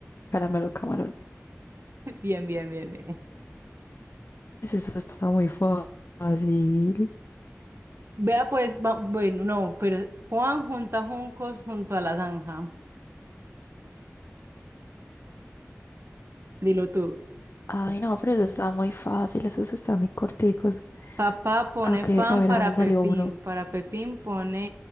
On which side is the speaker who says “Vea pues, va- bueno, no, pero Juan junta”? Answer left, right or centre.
Right